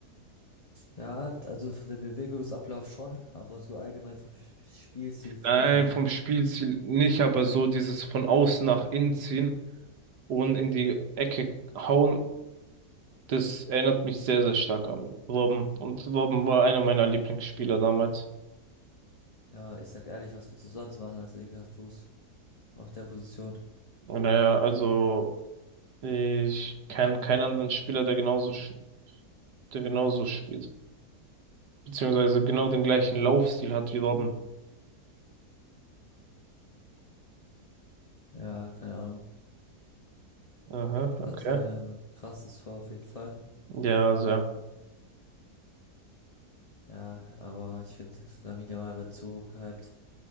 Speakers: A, on the left; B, on the right.
A: Ja, also von dem Bewegungsablauf schon, aber so allgemein vom Sp- Spielstil finde
B: Nein,
A: ich nicht.
B: vom Spielstil nicht, aber so dieses von außen nach innen ziehen. und in die Ecke hauen, das erinnert mich sehr, sehr stark an Robben. Und Robben war einer meiner Lieblingsspieler damals.
A: Ja, ich sag ehrlich, was willst du sonst machen als linker Fuß auf der Position?
B: Und naja, also ich kenne keinen anderen Spieler, der genauso, sch- der genauso spielt. Beziehungsweise genau den gleichen Laufstil hat wie Robben.
A: Ja, keine Ahnung.
B: Aha, okay.
A: Hatte ein krasses Tor auf jeden Fall.
B: Ja, sehr.
A: Ja, aber ich finde, Lamine Yamal wird zu hoch gehypt.